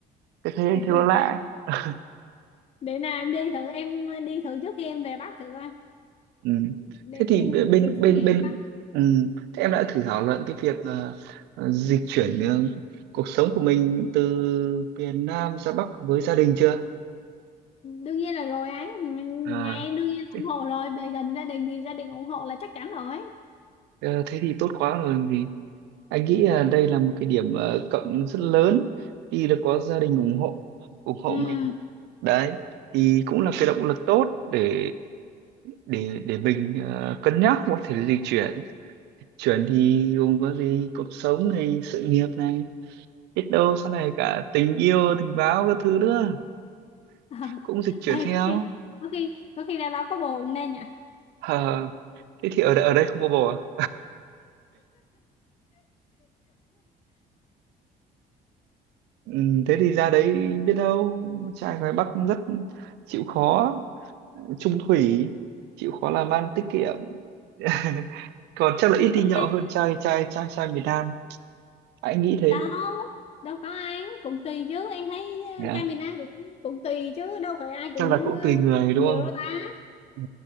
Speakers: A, on the right; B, on the left.
A: cái thế
B: <laughs>
A: thế nó lạ <laughs>
B: để nào em đi thử em đi thử trước khi em về Bắc thử coi
A: ừ.
B: để
A: thế thì
B: suy
A: bên
B: để
A: bên
B: suy nghĩ
A: bên
B: coi
A: ừ. thế em đã thử thảo luận cái việc ờ, ờ, dịch chuyển ờ, cuộc sống của mình từ miền Nam ra Bắc với gia đình chưa
B: đương nhiên là rồi anh Mình-
A: à
B: nhà em đương nhiên là
A: thế,
B: ủng hộ rồi về gần gia đình thì gia đình ủng hộ là chắc chắn rồi
A: ờ, thế thì tốt quá rồi anh nghĩ là đây là một cái điểm ờ, cộng rất lớn khi đã có gia đình ủng hộ ủng hộ
B: ừ
A: mình đấy thì cũng là cái động lực tốt để để để mình ờ, cân nhắc có thể dịch chuyển chuyển thì gồm có gì cuộc sống này sự nghiệp này biết đâu sau này cả tình yêu tình báo các thứ nữa
B: <laughs>
A: cũng dịch chuyển
B: Ê,
A: theo
B: có khi có khi có khi ra đó có bồ cũng nên nhỉ
A: Hờ, thế thì ở đây, ở đây không có bồ à ừ, thế thì ra đấy biết đâu trai ngoài Bắc cũng rất chịu khó trung thủy chịu khó làm ăn tiết kiệm <laughs> còn chắc là ít đi
B: chắc
A: nhậu hơn trai trai trai trai miền Nam anh nghĩ thế
B: đâu đâu có ai cũng cũng tùy chứ em thấy
A: Dạ.
B: ờ, trai miền Nam cũng cũng tùy chứ đâu phải ai
A: chắc
B: cũng
A: là cũng
B: ờ,
A: tùy người đúng
B: nhiều
A: không
B: đâu ta
A: ừ.